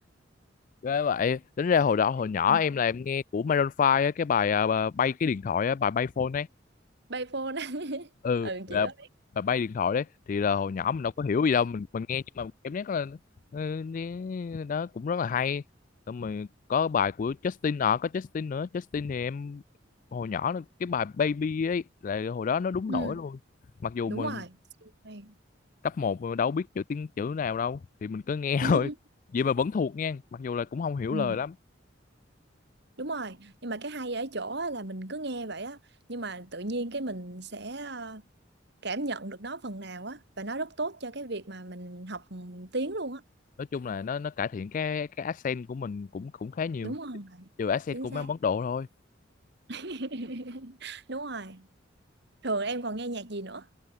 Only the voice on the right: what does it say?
<laughs>
Payphone á. <laughs>
Ừ
chị có biết.
Ừ.
Đúng
rồi. Hay.
Ừ.
Ừ.
Đúng rồi, nhưng mà cái hay ở chỗ á là mình cứ nghe vậy á, nhưng mà tự nhiên cái mình sẽ ờ, cảm nhận được nó phần nào á và nó rất tốt cho cái việc mà mình học tiếng luôn á
đúng không
chính
xác
<laughs> đúng rồi thường em còn nghe nhạc gì nữa